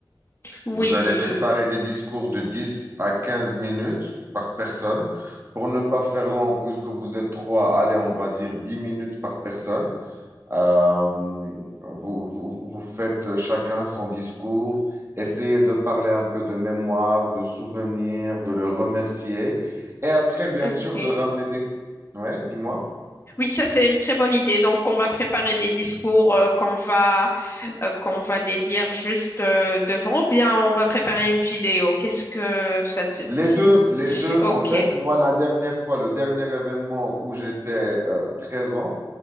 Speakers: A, on the left; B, on the right.
A: Oui,
B: Vous allez préparer des discours de 10 à 15 minutes par personne. Pour ne pas faire long, puisque vous êtes trois, allez, on va dire 10 minutes par personne. Euh, vous, vous, vous faites chacun son discours. Essayez de parler un peu de mémoire, de souvenirs, de le remercier. Et après, bien
A: ok.
B: sûr, de ramener des... Ouais, dis-moi.
A: Oui, ça, c'est une très bonne idée. Donc, on va préparer des discours euh, qu'on va, euh, qu'on va les lire juste euh, devant ou bien on va préparer une vidéo. Qu'est-ce que ça te
B: Les
A: dit?
B: deux, les deux.
A: Ok.
B: En fait, moi, la dernière fois, le dernier événement où j'étais euh, présent,